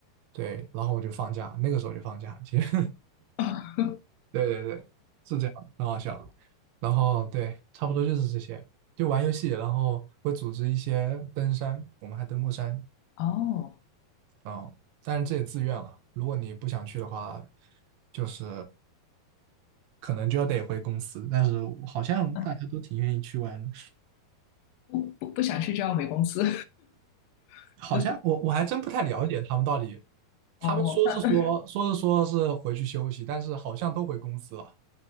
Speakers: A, on the right; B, on the left.
A: 对，然后我就放假，那个时候就放假，其实
B: <laughs>
A: 对对对，是这样，很好笑。然后对，差不多就是这些，就玩游戏，然后会组织一些登山，我们还登过山
B: 哦，
A: 啊、但是这也自愿了。如果你不想去的话，就是可能就要得回公司。但是好像大家都挺愿意去玩，
B: 啊
A: 的。
B: 不不不想去就要回公司，<laughs>
A: 好像我我还真不太了解他们到底，
B: 这
A: 他们说是说说是说是回去休息，
B: 哦那
A: 但是好像都回公司了。